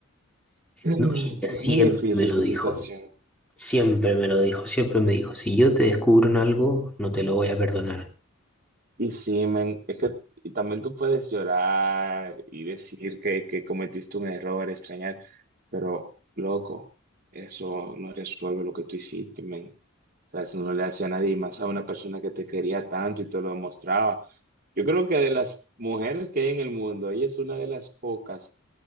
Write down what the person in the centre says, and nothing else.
No, y ella siempre
me lo
dijo.
Siempre me lo dijo, siempre me dijo, si yo te descubro en algo, no te lo voy a perdonar.